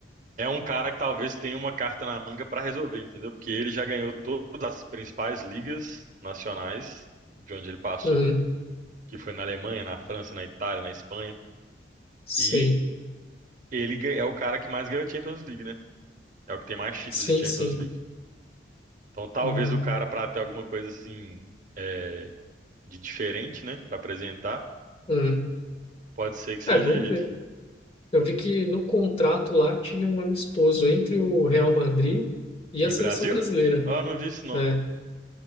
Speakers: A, on the right (about 45°); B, on the left (about 30°).
A: é um cara que talvez tenha uma carta na manga pra resolver, entendeu? Porque ele já ganhou todas as principais ligas nacionais de onde ele passou,
B: uhum,
A: que foi na Alemanha, na França, na Itália, na Espanha.
B: sim,
A: E ele gan- é o cara que mais ganhou Champions League, né? É o que tem mais títulos
B: sim,
A: de Champions
B: sim.
A: League. Então, talvez
B: Uhum,
A: o cara, para ter alguma coisa assim, é, de diferente, né, para apresentar,
B: uhum.
A: pode ser que seja
B: É, vamos
A: ele.
B: ver. Eu vi que no contrato lá tinha um amistoso entre o Real Madrid e
A: E
B: a seleção
A: Brasil?
B: brasileira.
A: Ah, não vi isso não.
B: É,